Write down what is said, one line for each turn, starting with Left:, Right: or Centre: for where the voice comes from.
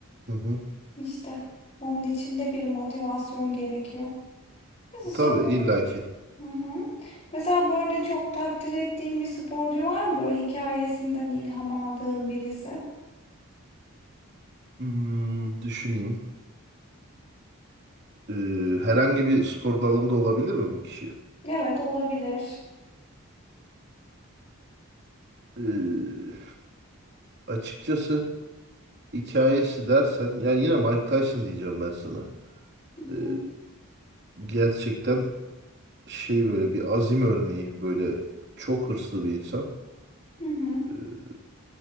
Right: Hı hı.
Left: işte onun için de bir motivasyon gerekiyor. Mesela
Right: Tabii
Left: spor.
Right: illaki.
Left: Hı hı. Mesela böyle çok takdir ettiğin bir sporcu var mı? Böyle hikayesinden ilham aldığın birisi.
Right: Hmm, düşüneyim. Ee, herhangi bir spor dalında olabilir mi bu kişi?
Left: Evet olabilir.
Right: Ee, açıkçası hikayesi dersen, yani yine Mike Tyson diyeceğim ben sana.
Left: Hı
Right: Ee,
Left: hı.
Right: gerçekten şey böyle bir azim örneği, böyle çok hırslı bir insan.
Left: Hı hı.
Right: Ee,